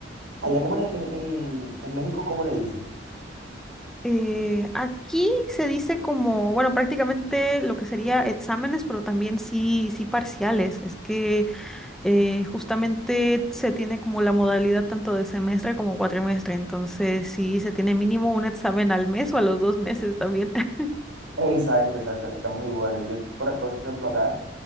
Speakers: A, on the right; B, in the centre.
A: Allá como en, en- en- en México, ¿cómo le dicen?
B: Eh, aquí se dice como, bueno, prácticamente lo que sería exámenes, pero también sí, sí parciales. Es que Eh, justamente se tiene como la modalidad tanto de semestre como cuatrimestre, entonces sí, se tiene mínimo un examen al mes o a los dos meses también. <laughs>
A: Exacto, exacto, estamos iguales. Yo, por, por ejemplo, acá